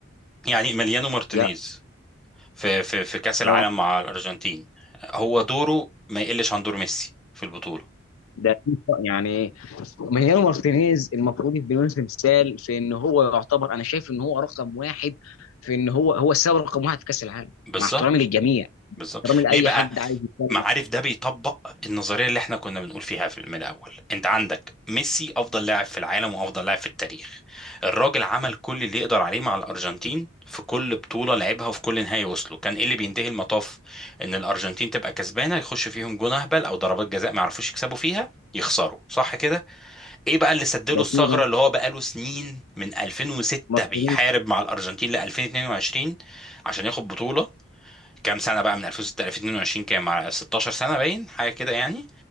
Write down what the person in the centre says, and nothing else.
يعني مليانو مارتينيز
في في في كأس العالم
مع الأرجنتين هو دوره ما يقلش عن دور ميسي في البطولة
بالظبط
بالظبط
ليه بقى
معارف ده بيطبق النظرية اللي احنا كنا بنقول فيها في من الأول انت عندك ميسي أفضل لاعب في العالم وأفضل لاعب في التاريخ الراجل عمل كل اللي يقدر عليه مع الأرجنتين في كل بطولة لعبها وفي كل نهائي وصله كان ايه اللي بينتهي المطاف ان الأرجنتين تبقى كسبانة يخش فيهم جون أهبل أو ضربات جزاء ما يعرفوش يكسبوا فيها يخسروا صح كده ايه بقى اللي سد له
الثغره
اللي هو بقاله سنين من 2006
بيحارب مع الارجنتين ل 2022 عشان ياخد بطوله كام سنه بقى من 2006 ل 2022 كام مع 16 سنه باين حاجه كده يعني